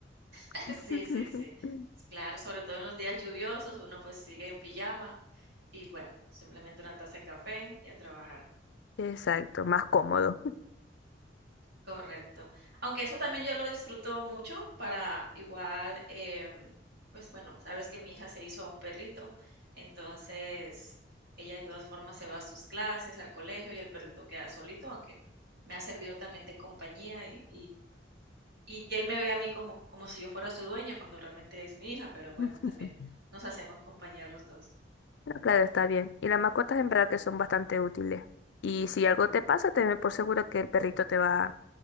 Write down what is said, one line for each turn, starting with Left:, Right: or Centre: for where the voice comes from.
Right: <laughs>
Left: <laughs>
Right: Sí, sí, sí. claro, sobre todo en los días lluviosos, uno, pues, sigue en pijama y, bueno, simplemente una taza de café y a trabajar.
Left: Exacto, más cómodo.
Right: Correcto. Aunque eso también yo lo disfruto mucho para igual, em, pues, bueno, sabes que mi hija se hizo a un perrito, entonces ella de todas formas se va a sus clases, al colegio y el perrito queda solito, aunque me ha servido también de compañía y Y él me ve a mí como, como si yo fuera su dueña, cuando realmente es mi hija, pero bueno,
Left: <laughs>
Right: también nos hacemos compañía los dos.
Left: No, claro, está bien. Y las mascotas en verdad que son bastante útiles. Y si algo te pasa, tenme por seguro que el perrito te va